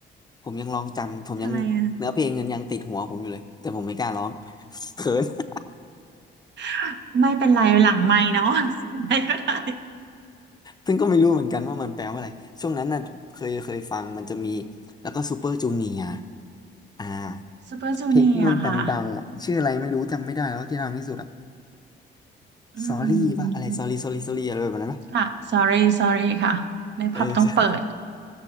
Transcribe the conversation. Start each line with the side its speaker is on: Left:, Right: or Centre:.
Left: ผมยังลองจำผมยังเนื้อเพลงัยังติดหัวผมอยู่เลยแต่ผมไม่กล้าร้อง
Right: ทำไมอะ
Left: <laughs> เขิน <laughs>
Right: <laughs> ไม่เป็นไรหลังไมค์เนาะ <laughs> ไม่ก็ได้
Left: ซึ่งก็ไม่รู้เหมือนกันว่ามันแปลว่าอะไรช่วงนั้นน่ะเคยเคยฟังมันจะมีแล้วก็ซูเปอร์จูเนียร์อ่า
Right: Super Junior
Left: เพลงที่มันดังๆอ่ะชื่ออะไรไม่รู้จำไม่ได้แล้วที่ดังที่สุดอ่ะ
Right: ค่ะอื
Left: Sorry ป่ะอะไร
Right: ม
Left: Sorry Sorry Sorry อะไรแบบนั้นป่ะ
Right: ค่ะ sorry sorry ค่ะในผับต้องเปิด
Left: เออ <laughs> ใช่